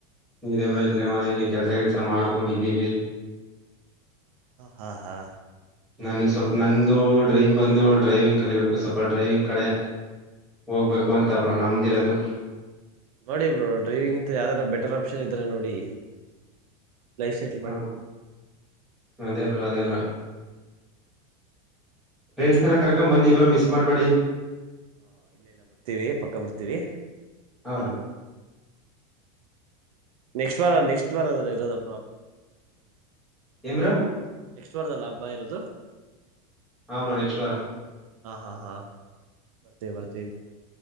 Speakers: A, in the centre; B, on the right (about 70°).
A: ಇದೇ ಬ್ರೋ ಇಲ್ಲೇ ಮನೆಗೆ ಕೆಲಸ ಮಾಡ್ಕೊಂಡಿದ್ದೀನಿ
B: ಹ ಹಾ ಹಾ
A: ನನಗ್ ಸ್ವಲ್ಪ ನಂದು ಡ್ರೀಮ್ ಬಂದು ಡ್ರೈವಿಂಗ್ ಕಲಿಬೇಕು ಸ್ವಲ್ಪ ಡ್ರೈವಿಂಗ್ ಕಡೆ ಒಬ್ಬ ಅಂತ ಬ್ರೋ ನಮ್ದು ಇರೋದು
B: ನೋಡಿ ಬ್ರೋ ಡ್ರೈವಿಂಗ್ ಇಂಥ ಯಾವುದಾದರೂ ಬೇರೆ ಕೆಲಸ ಇದ್ದರೆ ನೋಡಿ ಲೈಫ್ ಸೆಟ್
A: ಹ ಅದೇ ಬ್ರಾ ಅದೇ ಬ್ರಾ ಫ್ರೆಂಡ್ಸ್ ನೆಲ ಕರ್ಕಂಬನ್ನಿ ಬ್ರೋ ಮಿಸ್ ಮಾಡಬೇಡಿ
B: ಹಾ ಇಲ್ಲ ಇಲ್ಲ ಬರ್ತೀವಿ ಪಕ್ಕ ಬರ್ತೀವಿ
A: ಹೌದಾ
B: ನೆಕ್ಸ್ಟ್ ವಾರ ನೆಕ್ಸ್ಟ್ ವಾರಣಾ ಇರುವುದು
A: ಏನು ಬ್ರೋ
B: ನೆಕ್ಸ್ಟ್ ವಾರದಲ್ಲ ಹಬ್ಬ ಇರೋದು
A: ಆಮ್ಬ್ರು ಅನ್ನಿಸ್ತು ವಾರ
B: ಆಾಂ ಹಾ ಹಾ ಬರ್ತೀವಿ ಬರ್ತೀವಿ